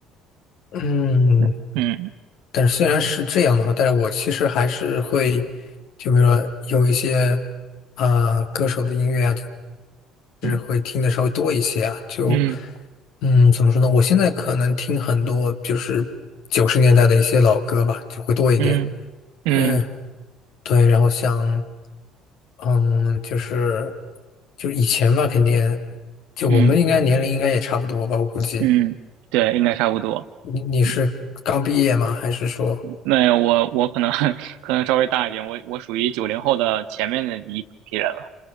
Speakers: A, on the left; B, on the right.
A: 嗯，
B: 对，嗯
A: 但是虽然是这样的话，但是我其实还是会，就比如说有一些啊、歌手的音乐啊，就是会听的稍微多一些啊。
B: 嗯
A: 就
B: 嗯
A: 嗯，怎么说呢？我现在可能听很多就是九十年代的一些老歌吧，就会多一点。
B: 嗯嗯
A: 嗯，对。然后像嗯，就是就是以前嘛，肯定就我们应该年龄应该也差不多吧，
B: 嗯
A: 我估计。
B: 嗯，对，应该差不多。
A: 你你是刚毕业吗？
B: 嗯。
A: 还是说？
B: 那我我可能 <laughs> 可能稍微大一点，我我属于九零后的前面的一批人了。